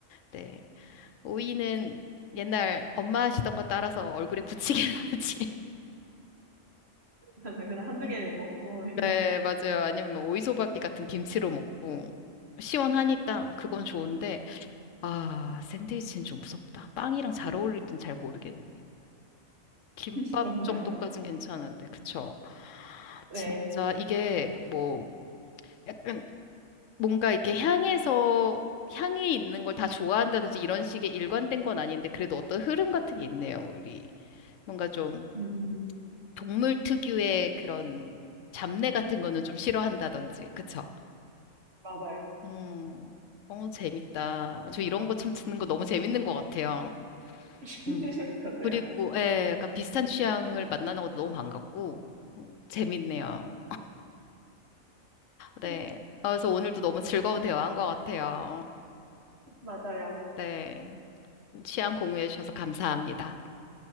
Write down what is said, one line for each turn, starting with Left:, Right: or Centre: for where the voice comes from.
Left: 네. 오이는 옛날 엄마 하시던 거 따라서 얼굴에 붙이긴 <laughs> 하지.
Right: 맞아요. 그냥 한두
Left: 음.
Right: 개 먹고,
Left: 네, 맞아요. 아니면 뭐 오이소박이 같은 김치로 먹고 시원하니까 그건 좋은데 아, 샌드위치는 좀 무섭다. 빵이랑 잘 어울릴진 잘 모르겠네요. 김밥
Right: <laughs> 맞아요.
Left: 정도까진 괜찮은데, 그쵸?
Right: 네.
Left: 진짜 이게 뭐 약간 뭔가 이렇게 향해서 향이 있는 걸 다 좋아한다든지 이런 식의 일관된 건 아닌데 그래도 어떤 흐름 같은 게 있네요, 우리. 뭔가 좀
Right: 음,
Left: 동물 특유의 그런 잡내 같은 거는 좀 싫어한다든지, 그쵸?
Right: 맞아요.
Left: 음, 어, 재밌다. 저 이런 거 참 듣는 거 너무 재밌는 것 같아요.
Right: <laughs>
Left: 음.
Right: 저도요.
Left: 그리고, 예, 약간 비슷한 취향을 만나는 것도 너무 반갑고, 어, 재밌네요.
Right: <laughs>
Left: 네. 아, 그래서 오늘도 너무 즐거운 대화한 것 같아요.
Right: 맞아요.
Left: 네. 취향 공유해 주셔서 감사합니다.